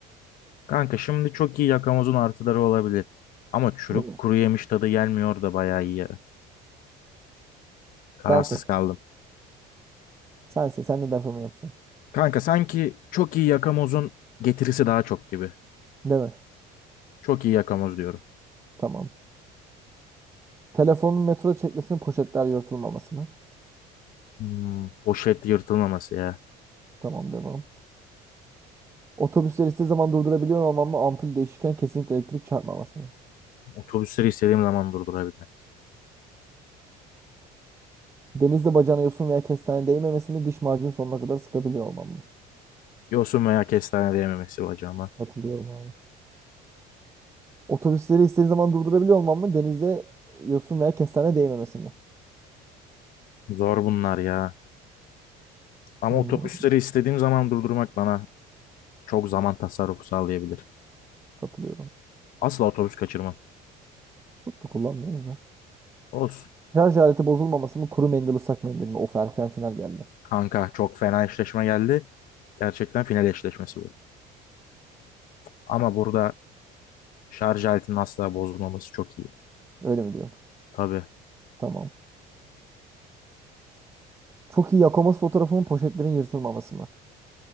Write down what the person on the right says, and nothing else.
Değil mi?
Sen seç.
Sen seç. Sen ne dersen onu yapacaksın.
Değil mi?
Tamam. Telefonun metroda çekmesinin poşetler yırtılmaması mı?
Tamam devam. Otobüsleri istediği zaman durdurabiliyor olmam mı? Ampul değişirken kesinlikle elektrik çarpmaması mı?
Denizde bacağına yosun veya kestane değmemesi mi? Diş macunu sonuna kadar sıkabiliyor olmam mı?
Hatırlıyorum abi. Otobüsleri istediği zaman durdurabiliyor olmam mı? Denizde yosun veya kestane değmemesi mi?
Hmm.
Katılıyorum.
Çok da kullanmıyoruz da.
Şarj aleti bozulmaması mı kuru mendil ıslak mendil mi? Of erken final geldi.
Öyle mi diyorsun?
Tamam. Çok iyi Yakomaz fotoğrafımın poşetlerin yırtılmaması mı?